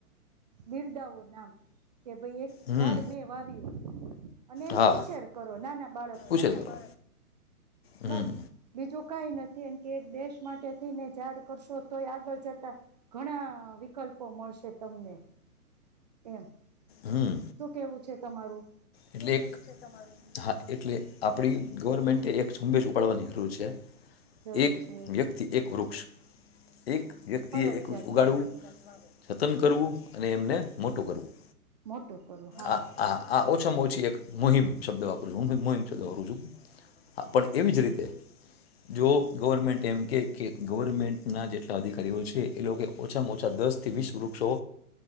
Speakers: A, on the right (about 30°); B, on the left (about 40°).
A: બિરદાવો નામ કે ભાઈ એક
B: હમ
A: ઝાડ મેં વાવ્યું. અને એને
B: હા
A: ઉછેર કરો નાના બાળકની
B: ઉછેર
A: જેમ.
B: કરો હમ
A: બસ બીજું કઈ નથી એમ કે એક દેશ માટે તેને ઝાડ કરશો તો આ આગળ જતા ઘણા વિકલ્પો મળશે તમને. એમ.
B: હમ
A: શું કેવું છે તમારું?
B: એટલે એક હા શું કેવું છે તમારુ? એટલે આપડી ગવર્મેન્ટ એક ઝુંબેશ ઉપાડવાની જરૂર છે.
A: જરૂર
B: એક
A: છે
B: વ્યક્તિ એક વૃક્ષ. એક વ્યક્તિએ
A: ફરજિયાત
B: એક ઉગાડવું,
A: વાવે
B: જતન કરવું અને એમને મોટું કરવું.
A: મોટો કરું હા.
B: આ આ આ ઓછામાં ઓછી એક મોહિમ શબ્દ વાપરું છું. હું બી મોહીમ શબ્દ વાપરું છું પણ એવી જ રીતે જો ગવર્મેન્ટ એમ કે કે ગવર્મેન્ટના જેટલા અધિકારીઓ છે, એ લોકો ઓછામાં ઓછા દસ થી વીસ વૃક્ષો